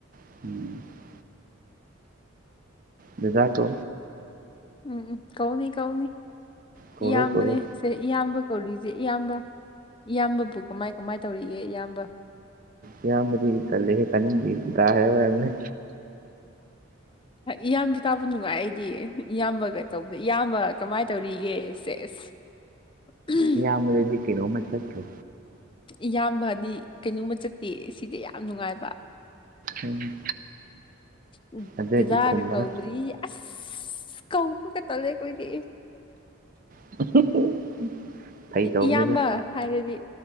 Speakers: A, on the right; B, on the left.
A: <unintelligible> <inaudible> ꯗꯤꯅꯔ ꯇꯣ
B: ꯎꯝ ꯎꯝ ꯀꯧꯅꯤ ꯀꯧꯅꯤ
A: ꯀꯧꯔꯣ
B: ꯏꯌꯥꯝꯕꯅꯦ
A: ꯀꯧꯔꯣ
B: ꯁꯦ ꯏꯌꯥꯝꯕ ꯀꯧꯔꯤꯁꯦ ꯏꯌꯥꯝꯕ ꯏꯌꯥꯝꯕꯕꯨ ꯀꯃꯥꯏ ꯀꯃꯥꯏ ꯇꯧꯔꯤꯒꯦ ꯏꯌꯥꯝꯕ
A: ꯏꯌꯥꯝꯕꯗꯤ ꯇꯜꯂꯦ ꯇꯅꯤꯡꯗ‌ꯦ ꯗꯥ ꯍꯥꯏꯔꯛꯎ ꯍꯥꯏꯕꯅ‌ꯦ
B: ꯏꯌꯥꯝꯕ ꯇꯥꯕ ꯅꯨꯡꯉꯥꯏ ꯑꯩꯗꯤ ꯏꯌꯥꯝꯕꯒ ꯇꯧꯕꯗ ꯏꯌꯥꯝꯕ ꯀꯃꯥꯏꯅ ꯇꯧꯔꯤꯒꯦ ꯁꯦꯁ <unintelligible>
A: ꯏꯌꯥꯝꯕ ꯗꯨꯗꯤ ꯀꯩꯅꯣꯃ ꯆꯠꯈ꯭ꯔꯦ
B: ꯏꯌꯥꯝꯕ ꯍꯥꯏꯗꯤ ꯀꯩꯅꯣꯝꯃ ꯆꯠꯇꯦ ꯁꯤꯗꯤ ꯌꯥꯝ ꯅꯨꯡꯉꯥꯏꯕ
A: ꯎꯝ
B: ꯎꯝ
A: ꯑꯗꯨꯑꯣꯏꯗꯤ
B: ꯗꯥꯗꯥꯒ
A: ꯈꯨꯝꯃꯔꯣꯏ
B: ꯀꯧꯕꯗꯤ ꯑ ꯀꯒ ꯇꯂꯦ ꯑꯩ ꯀꯣꯏꯗꯤ
A: <unintelligible> ꯐꯥꯒꯤ ꯇꯧꯕꯅꯤꯗ
B: ꯏꯌꯥꯝꯕ ꯍꯥꯏꯔꯗꯤ